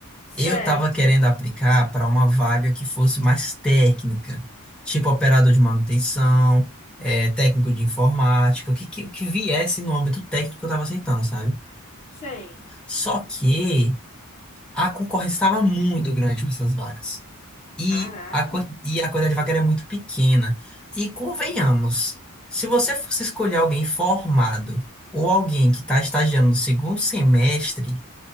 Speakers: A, on the left; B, in the centre.
A: Certo,
B: Eu estava querendo aplicar para uma vaga que fosse mais técnica, tipo operador de manutenção, eh, técnico de informática, o que, que, que viesse no âmbito técnico eu estava aceitando, sabe?
A: sei.
B: Só que. a concorrência estava muito grande para essas vagas. E
A: Caraca.
B: a, quan- e a quantidade de vaga era muito pequena. E convenhamos, se você fosse escolher alguém formado ou alguém que está estagiando no segundo semestre,